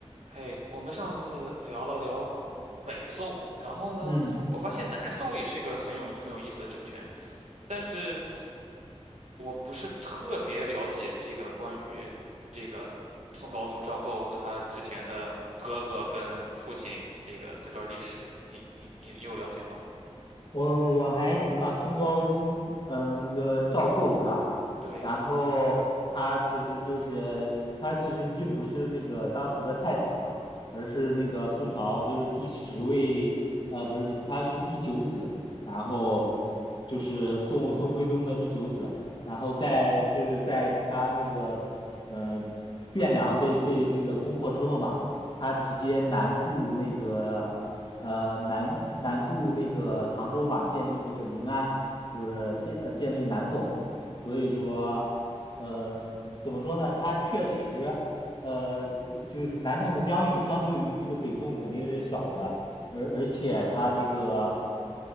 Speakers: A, on the right; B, on the left.
A: 嘿，我们上次聊了聊北宋，然后呢，
B: 嗯，
A: 我发现南宋也是一个很有很有意思的政权，但是我不是特别了解这个关于这个宋高宗赵构和他之前的哥哥跟父亲这个这段历史，你你你有了解吗？
B: 我我还行吧，初高中，嗯、那个赵构是吧？
A: 对，
B: 然后他其实就是他其实并不是那个当时的太子嘛，而是那个宋朝就是第十位，呃，不是，他是第九子，然后就是宋宋徽宗的第九子，然后在就是在他那个呃汴梁被被那个攻破之后嘛，他直接南渡那个。呃南南渡那个杭州嘛，建立这个临安，就是建呃建立南宋，所以说呃怎么说呢？它确实呃就就是南宋的疆域相对于这个北宋肯定是小的，而而且它这个